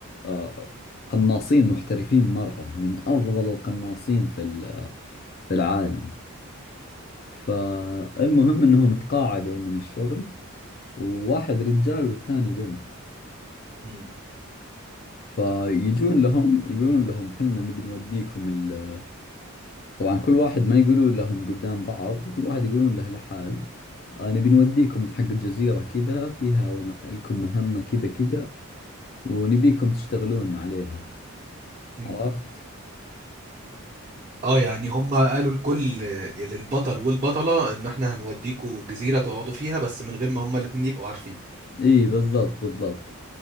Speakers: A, on the left; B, on the right.
A: آه، قناصين محترفين مرة من أفضل القناصين في ال- في العالم فالمهم أنهم تقاعدوا من الشغل وواحد رجال والثاني بنت
B: مم.
A: فيجون لهم يقولون لهم حنا نبي نوديكم ال... طبعا كل واحد ما يقولون لهم قدام بعض كل واحد يقولون له لحال آه، نبي نوديكم حق جزيرة كذا فيها وم- لكم مهمة كذا كذا ونبيكم تشتغلون عليها
B: مم.
A: عرفت
B: اه يعني هم قالوا لكل للبطل والبطلة ان احنا هنوديكوا جزيرة تقعدوا فيها بس من غير ما هم الاتنين يبقوا عارفين
A: اي بالضبط بالضبط